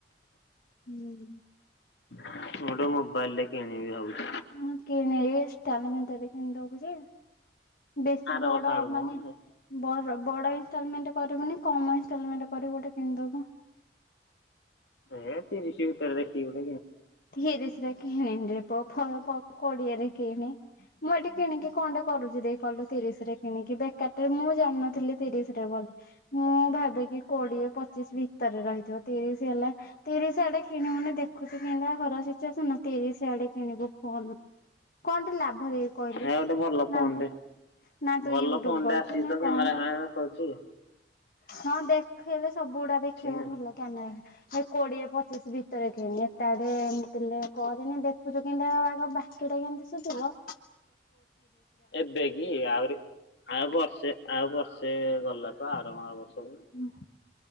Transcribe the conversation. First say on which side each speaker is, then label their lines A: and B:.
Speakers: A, on the left; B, on the left.
A: ହୁଁ।
B: ମୁଁ ଗୋଟେ ମୋବାଇଲ ରେ କିଣିବି ଭାବୁଛି।
A: ହଁ କିଣି ତାେଲେମ ତାରେ କିଣି ଦଉଛି। ବେଶୀ
B: ଆର
A: ବଡ
B: ବର୍ଷ ଆଡକୁ
A: ମାନେ
B: ମ।
A: ବ ବଡ ଇଲମଣ୍ଟ କରିବୁନି କମ ଇଲମଣ୍ଟ କରିବୁ ଗୋଟେ କିଣିଦବୁ।
B: ଏ ତିରିଶ ଭିତରେ ଦେଖି ଗୋ
A: ରେ ରେ କିଣିନିରେ କୋଡିଏରେ କିଣି ମୁଁ ଏଠି କିଣିକି କଣଟେ କରୁଛି। ଦେଇ କିଲୁ ତିରିଶ ରେ କିଣିକି ବେକାରରେ ମୁଁ ଜାନଥିଲି ତିରିଶରେ ବୋଲି ମୁଁ ଭାବେ କିି କୋଡିଏ ପଚିଶ ଭିତରେ ରହିଥିବ ତିରିଶ ହେଲା ତିରିଶ ଆଡେ କିଣିବୁନି ଦେଖୁଛି। କିା ଘର ସିଚୁସନ ତିରିଶି ଆଡେ କିଣିବୁ ଫୋନ କଣ ଟେ ଲାଭ ଦେଇ କହିଲୁ
B: ଆ ଗୋଟେ ଭଲ ଫୋନ
A: ନା ନା ତୁ
B: ଭଲ
A: ୟୁଟ୍ୟୁବ
B: ଫୋନ
A: କରୁଛୁ
B: ଟେ ଆସିଛି
A: ନା
B: ତ
A: କଣ?
B: କ୍ୟାମେରାମେ ଦେଖାଉଛି।
A: ହଁ ଦେଖେଇଲେ ସବୁ ଦେଖିବାକୁ
B: ନାହିଁ।
A: ଭଲ କ୍ୟାମେରା। ସେ କୋଡିଏ ପଚିଶି ଭିତରେ କିଣି ତାଡେ ମୁଁ ପେ କରେନି ଦେଖୁଛୁ କେମତିଗ ବାକି ଟା କେମତି ସୁୁଝିବ
B: ଏବେ କି ଆହୁରି ଆଉ ବର୍ଷେ ଆଉ ବର୍ଷେ ଗଲା ତ ଆରମ ବର୍ଷେ
A: ଧରିବା